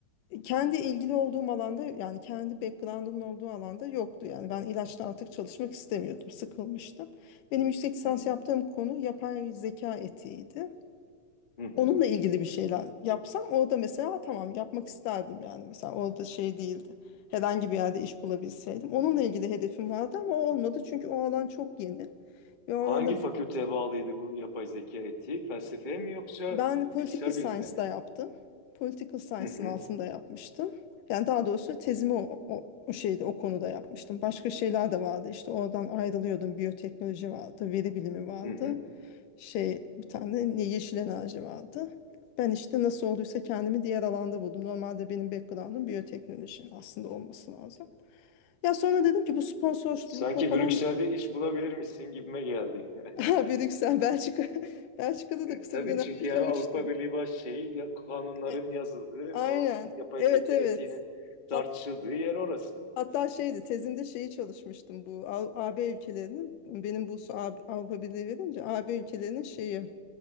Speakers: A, on the left (about 75°); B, on the left (about 40°).
A: kendi ilgili olduğum alanda yani kendi background'ımın olduğu alanda yoktu. Yani ben ilaçta artık çalışmak istemiyordum, sıkılmıştım. Benim yüksek lisans
B: Hı hı.
A: yaptığım konu yapay zeka etiğiydi.
B: Hı hı.
A: Onunla ilgili bir şeyler yapsam orada mesela tamam yapmak isterdim yani mesela orada şey değildi. Herhangi bir yerde iş bulabilseydim. Onunla ilgili hedefim vardı ama o olmadı çünkü o alan çok yeni ve o
B: Hangi
A: alanda
B: fakülteye bağlıydı bu yapay zeka etiği? Felsefeye mi yoksa
A: Ben political
B: bilgisayar
A: science'da
B: bilimlerine mi?
A: yaptım. Political science'ın
B: Hı hı.
A: altında yapmıştım. Yani daha doğrusu tezimi o, o, o şeyde o konuda yapmıştım. Başka şeyler de vardı işte oradan ayrılıyordum. Biyoteknoloji vardı, veri bilimi vardı.
B: Hı hı.
A: Şey bir tane ne yeşil enerji vardı. Ben işte nasıl olduysa kendimi diğer alanda buldum. Normalde benim background'um biyoteknoloji aslında olması lazım. Ya sonra dedim ki bu sponsorlukla
B: Sanki
A: falan
B: Brüksel'de iş bulabilir misin gibime geldi. <laughs>
A: <laughs> Ha, Brüksel, Belçika. <laughs> Belçika'da
B: E,
A: da kısa
B: tabii
A: bir dönem
B: çünkü
A: yaşamıştım.
B: yani Avrupa Birliği baş şey ya, kanunların
A: E,
B: yazıldığı
A: Aynen.
B: o yapay
A: Evet
B: zeka
A: evet.
B: etiğinin tartışıldığı
A: Hat,
B: yer orası.
A: hatta şeydi tezimde şeyi çalışmıştım bu A- AB ülkelerinin benim bu su- A- Avrupa Birliği verince AB ülkelerinin şeyi